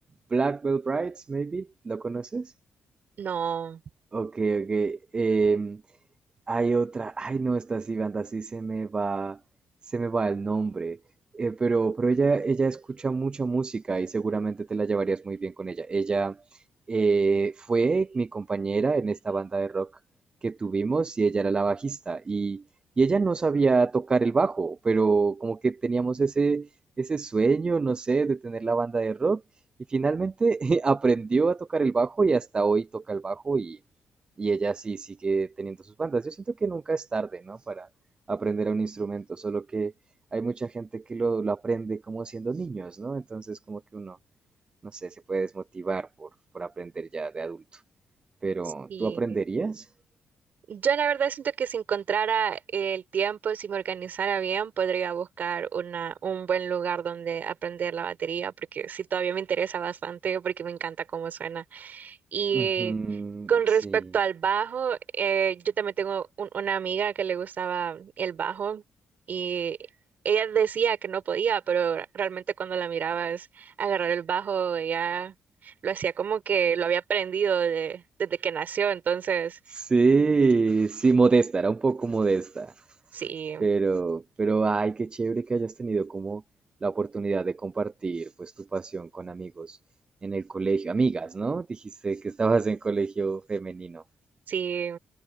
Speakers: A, on the right; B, on the right.
A: Black Veil Brides, maybe, ¿lo conoces?
B: no,
A: Ok, ok. em, hay otra, ay no, esta sí, banda, sí se me va, se me va el nombre. Eh, pero, pero ella, ella escucha mucha música y seguramente te la llevarías muy bien con ella. Ella eh, fue mi compañera en esta banda de rock que tuvimos y ella era la bajista y, y ella no sabía tocar el bajo, pero como que teníamos ese, ese sueño, no sé, de tener la banda de rock y finalmente <laughs> aprendió a tocar el bajo y hasta hoy toca el bajo y y ella sí sigue teniendo sus bandas. Yo siento que nunca es tarde, ¿no? Para aprender un instrumento, solo que hay mucha gente que lo, lo aprende como siendo niños, ¿no? Entonces como que uno, no sé, se puede desmotivar por, por aprender ya de adulto. Pero,
B: sí.
A: ¿tú aprenderías?
B: Yo la verdad siento que si encontrara el tiempo, si me organizara bien, podría buscar una, un buen lugar donde aprender la batería, porque sí todavía me interesa bastante, porque me encanta cómo suena. Y
A: Ujú,
B: con respecto
A: sí.
B: al bajo, eh, yo también tengo un- una amiga que le gustaba el bajo y ella decía que no podía, pero realmente cuando la mirabas agarrar el bajo, ella lo hacía como que lo había aprendido de- desde que nació, entonces...
A: Sí, sí, modesta, era un poco modesta.
B: Sí,
A: Pero, pero, ay, qué chévere que hayas tenido como la oportunidad de compartir pues tu pasión con amigos en el colegio, amigas, ¿no? Dijiste que estabas en colegio femenino.
B: Sí,